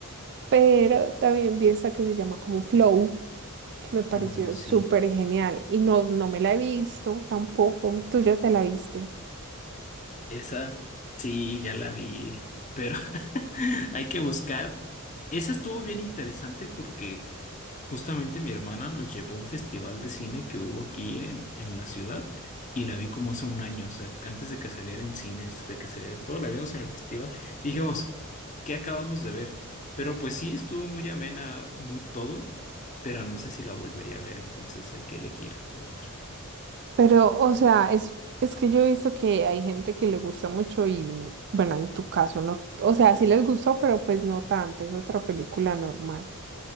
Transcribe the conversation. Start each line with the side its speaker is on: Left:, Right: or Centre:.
Right: Pero también vi esta que se llama como Flow, que me pareció
Left: Oh, sí.
Right: súper genial. Y no, no me la he visto tampoco. ¿Tú ya te la viste?
Left: Esa, sí, ya la vi, pero <laughs> hay que buscar. Esa estuvo bien interesante porque justamente mi hermana nos llevó a un festival de cine que hubo aquí en, en la ciudad y la vi como hace un año, o sea, antes de que saliera en cines, de que saliera en todo, la vimos en el festival. Y dijimos, ¿qué acabamos de ver? Pero pues sí, estuvo muy amena, muy todo, pero no sé si la volvería a ver, entonces hay que elegir otra.
Right: Pero, o sea, es, es que yo he visto que hay gente que le gusta mucho y, bueno, en tu caso no, o sea, sí les gustó, pero pues no tanto, es otra película normal.